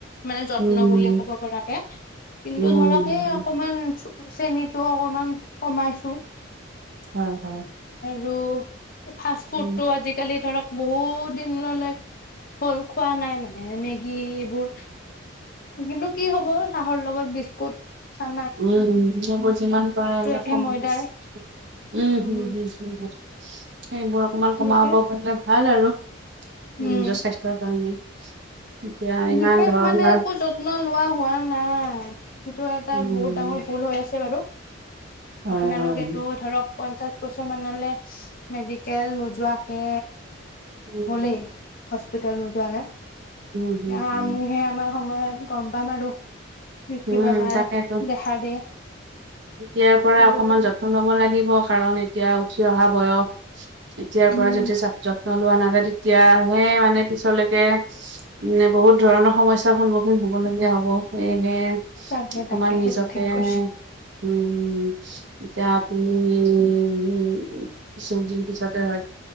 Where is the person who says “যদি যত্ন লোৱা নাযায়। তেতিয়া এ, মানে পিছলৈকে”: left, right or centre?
Right